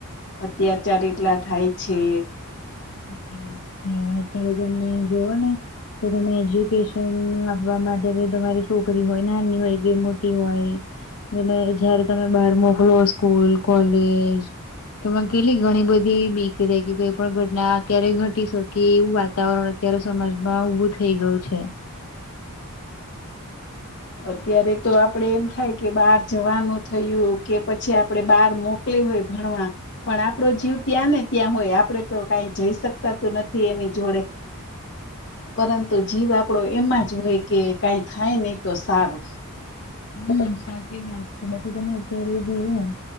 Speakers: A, on the left; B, on the left.
A: અત્યાચાર એટલા થાય છે.
B: સાચી વાત છે. અત્યારે તમે જોવો ને કે તમે એજ્યુકેશન આપવા માટે કે તમારી છોકરી હોય નાની હોય કે મોટી હોય. અને જયારે તમે બહાર મોકલો સ્કૂલ, કોલેજ. તો એમાં કેટલી ઘણી બધી એવી બીક રે કે કોઈ પણ ઘટ ના અત્યારે ઘટી શકે એવું વાતાવરણ અત્યારે સમાજમાં ઉભું થઈ ગયું છે.
A: અત્યારે તો આપડે એમ થાય કે બહાર જવાનું થયું કે પછી આપડે બહાર મોક કલી હોય ભણવા. પણ આપડો જીવ ત્યાં ને ત્યાં હોય આપડે તો કાઈ જઈ શકતા તો નથી એની જોડે.
B: <inaudible>
A: પરંતુ જીવ આપડો એમાં જ હોય કે કાઈ થાય નહી તો સારું.
B: હા સાચી વાત છે. બાકી તમે અત્યારે એ જોયું ને